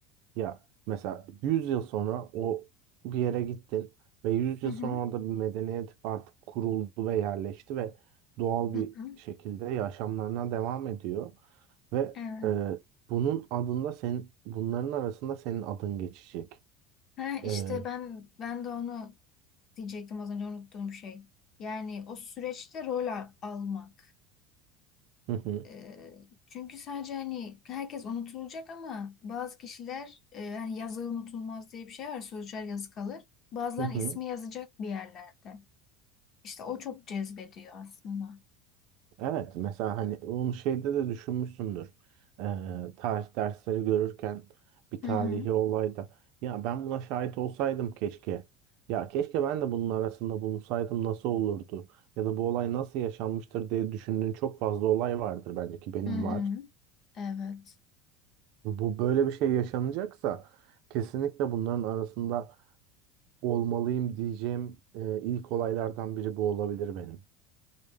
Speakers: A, on the right; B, on the left.
A: ya mesela 100 yıl sonra o bir yere gittin ve yüz yıl
B: Hı hı.
A: sonra orada bir medeniyet artık kuruldu ve yerleşti ve doğal
B: Hı
A: bir
B: hı.
A: şekilde yaşamlarına devam ediyor ve
B: Evet.
A: e, bunun adında senin bunların arasında senin adın geçecek.
B: Ha,
A: Ee,
B: işte ben ben de onu diyecektim az önce unuttuğum şey. Yani o süreçte rol al- almak.
A: hı hı,
B: Ee, çünkü sadece hani herkes unutulacak ama bazı kişiler e, hani yazı unutulmaz diye bir şey var. Sözcüler yazı kalır. Bazılarının
A: hı hı.
B: ismi yazacak bir yerlerde. İşte o çok cezbediyor aslında.
A: Evet mesela hani onu şeyde de düşünmüşsündür. Ee, tarih dersleri görürken bir
B: Hı
A: tarihi
B: hı.
A: olayda ya ben buna şahit olsaydım keşke. Ya keşke ben de bunun arasında bulunsaydım nasıl olurdu? Ya da bu olay nasıl yaşanmıştır diye düşündüğün çok fazla olay vardır bence ki benim
B: Hı hı.
A: var.
B: Evet.
A: Bu böyle bir şey yaşanacaksa kesinlikle bunların arasında olmalıyım diyeceğim e, ilk olaylardan biri bu olabilir benim.